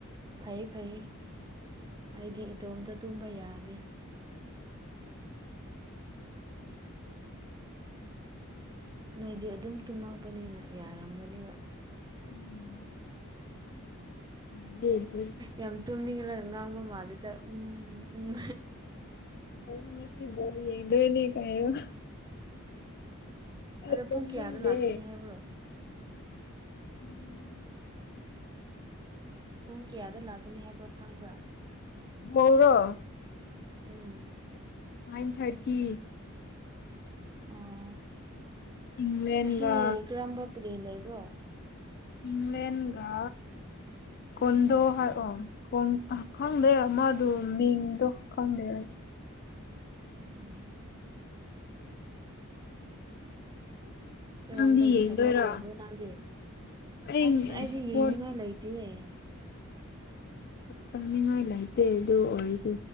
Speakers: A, on the right; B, on the left.
A: ꯐꯩ ꯐꯩꯌꯦ ꯑꯩꯗꯤ ꯏꯇꯣꯝꯇ ꯇꯨꯝꯕ ꯌꯥꯗꯦ ꯅꯣꯏꯗꯤ ꯑꯗꯨꯝ ꯇꯨꯝꯃꯛꯄꯅꯤꯅ ꯌꯥꯔꯝꯒꯅꯤ
B: ꯎꯝ <unintelligible>
A: ꯌꯥꯝ ꯇꯨꯝꯅꯤꯡꯔꯥꯒ ꯉꯥꯡꯕ ꯃꯥꯜꯂꯤꯗ ꯎꯝ ꯎꯝ
B: ꯑꯩ ꯉꯁꯤ ꯕꯣꯜ ꯌꯦꯡꯗꯣꯏꯅꯤ ꯀꯩꯅꯣ ꯑꯩ
A: ꯑꯗꯣ
B: ꯇꯨꯝꯅꯤꯡꯗꯦ
A: ꯄꯨꯡ ꯀꯌꯥꯗ ꯂꯥꯛꯀꯅꯤ ꯍꯥꯏꯕ꯭ꯔꯣ
B: ꯎꯝ
A: ꯄꯨꯡ ꯀꯌꯥꯗ ꯂꯥꯛꯀꯅꯤ ꯍꯥꯏꯕ꯭ꯔꯥ ꯈꯪꯕ꯭ꯔꯥ
B: ꯃꯧꯔꯣ
A: ꯎꯝ
B: ꯅꯥꯏꯟ ꯊꯥꯔꯇꯤ
A: ꯑꯣ
B: ꯏꯪꯂꯦꯟꯒ
A: ꯉꯁꯤ ꯀꯔꯝꯕ ꯄ꯭ꯂꯦꯟ ꯂꯩꯕ꯭ꯔꯣ
B: ꯏꯡꯂꯦꯟꯒ ꯀꯨꯟꯗꯣ
A: ꯎꯝ
B: ꯍꯥꯏ ꯑꯣ ꯈꯪꯗꯦ ꯃꯥꯗꯣ ꯃꯤꯡꯗꯣ ꯈꯪꯗꯦ ꯑꯩ
A: ꯎꯝ ꯀꯔꯝꯕꯒꯤ
B: ꯅꯪꯗꯤ ꯌꯦꯡꯗꯣꯏꯔꯣ
A: ꯁꯞꯄꯣꯔꯠ ꯇꯧꯕ꯭ꯔꯣ ꯅꯪꯗꯤ
B: ꯑꯩ
A: ꯑꯁ ꯑꯩꯗꯤ
B: ꯁꯞꯄꯣꯔꯠ
A: ꯌꯦꯡꯅꯤꯡꯉꯥꯏ ꯂꯩꯇꯤꯌꯦ
B: ꯇꯥꯅꯤꯡꯉꯥꯏ ꯂꯩꯇꯦ ꯑꯗꯨ ꯑꯣꯏꯔꯁꯨ